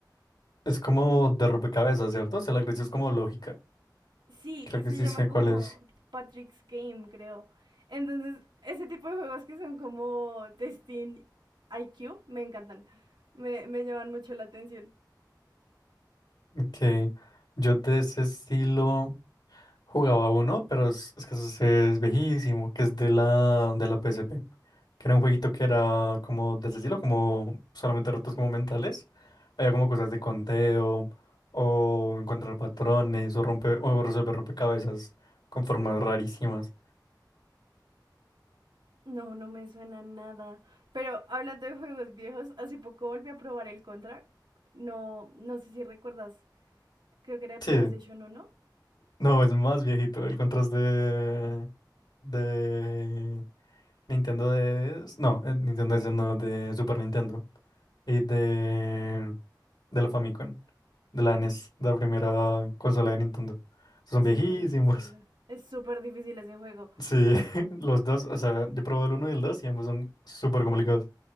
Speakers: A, on the left (about 70°); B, on the right (about 80°).
A: Es como de rompecabezas, ¿cierto? O sea, la gracia es como lógica.
B: Sí,
A: Creo que
B: se
A: sí
B: llama
A: sé
B: como
A: cuál es.
B: Patrick's Game, creo. Entonces, ese tipo de juegos que son como testing IQ, me encantan. Me, me llaman mucho la atención.
A: Ok. Yo de ese estilo. Jugaba uno, pero es, es que eso sí es viejísimo, que es de la, de la PSP. Que era un jueguito que era como de ese estilo, como solamente retos como mentales. Había como cosas de conteo, o encontrar patrones, o romper, o resolver rompecabezas con formas rarísimas.
B: No, no me suena nada. Pero hablando de juegos viejos, hace poco volví a probar el Contra. No, no sé si recuerdas, creo que era de
A: Sí.
B: PlayStation uno.
A: No, es más viejito. El contraste de, de Nintendo de No, eh, Nintendo DS no, de Super Nintendo. Y de, de la Famicom. De la NES, de la primera consola de Nintendo. Son
B: Es
A: viejísimos.
B: súper difícil. Es súper difícil ese juego.
A: Sí, <laughs> los dos, o sea, yo probé el uno y el 2 y ambos son súper complicados.